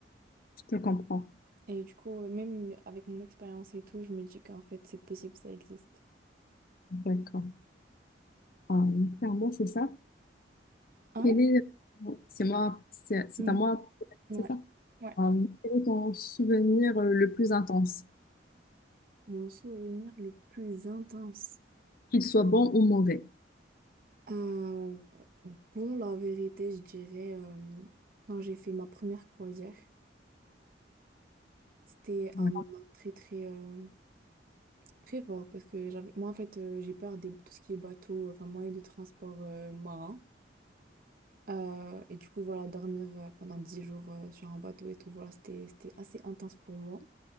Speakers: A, on the left (about 50°); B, on the right (about 50°).
A: te comprends.
B: Et du coup, euh, même avec mon expérience et tout, je me dis qu'en fait, c'est possible, ça existe.
A: D'accord. Ah, oui. c'est à moi, c'est ça.
B: Hein?
A: Quel est... C'est moi, c'est c'est
B: Mhm.
A: à moi,
B: Ouais,
A: c'est ça?
B: ouais.
A: Euh, Quel est ton souvenir euh, le plus intense,
B: Mon souvenir le plus intense.
A: qu'il soit bon ou mauvais?
B: Euh, bon, la vérité, je dirais, euh, quand j'ai fait ma première croisière, c'était un
A: Ouais,
B: moment très, très, euh, très fort parce que j'avais, moi, en fait, euh, j'ai peur de tout ce qui est bateau, euh, enfin, moyen de transport euh, marin. Euh, et du coup, voilà, dormir euh, pendant 10 jours euh, sur un bateau et tout, voilà, c'était, c'était assez intense pour moi.